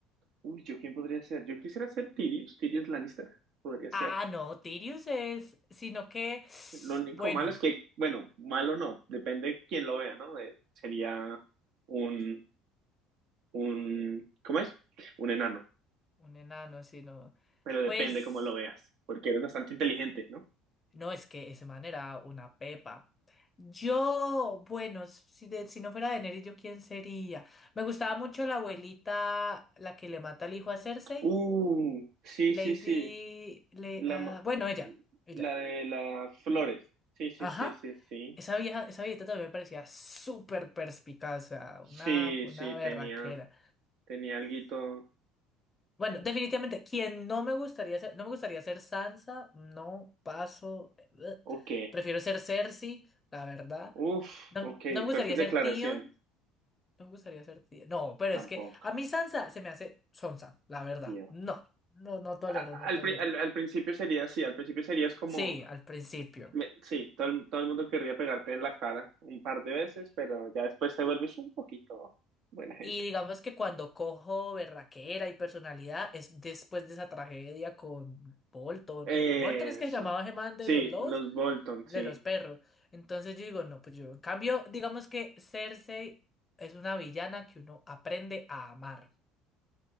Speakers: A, on the right (about 65°); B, on the left (about 25°).
A: Uy, ¿yo quién podría ser? Yo quisiera ser Tyrion, Tyrion Lannister, podría ser.
B: Ah, no, Tyrius es, sino que,
A: Lo único
B: bueno.
A: malo es que, bueno, malo no, depende de quién lo vea, ¿no? Eh, sería un, un, ¿cómo es? Un enano,
B: Un enano, sí, no.
A: pero depende
B: Pues
A: cómo lo veas, porque eres bastante inteligente, ¿no?
B: no, es que ese man era una pepa. Yo, bueno, si, de- si no fuera Daenerys, ¿yo quién sería? Me gustaba mucho la abuelita, la que le mata al hijo a Cersei.
A: Uh, sí,
B: Lady...
A: sí, sí,
B: Le,
A: la,
B: ah,
A: ma-
B: bueno, ella. Ella.
A: la de las flores, sí, sí,
B: Ajá.
A: sí, sí, sí,
B: Esa vieja, esa viejita también me parecía súper perspicaz, o sea,
A: sí,
B: una, una
A: sí,
B: berraquera.
A: tenía, tenía alguito,
B: Bueno, definitivamente, quien no me gustaría ser, no me gustaría ser Sansa, no paso. eh, bleh.
A: ok,
B: Prefiero ser Cersei, la verdad.
A: uf,
B: No,
A: ok,
B: no me gustaría
A: fuertes declaraciones,
B: ser Tion, no me gustaría ser Tion. No, pero
A: tampoco,
B: es que a mí Sansa se me hace Sansa, la verdad.
A: tío.
B: No, no, no tolero,
A: A-
B: no
A: Al,
B: tolero.
A: pri- al, al principio sería así, al principio serías como
B: Sí, al principio.
A: me- sí, todo el, todo el mundo querría pegarte en la cara un par de veces, pero ya después te vuelves un poquito buena gente.
B: Y digamos que cuando cojo berraquera y personalidad es después de esa tragedia con Bolton.
A: Eso.
B: pues, Bolton es que se llamaba Gemán de
A: Sí,
B: los lobos,
A: los Bolton,
B: de
A: sí,
B: los perros. Entonces yo digo, no, pues yo. En cambio, digamos que Cersei es una villana que uno aprende a amar.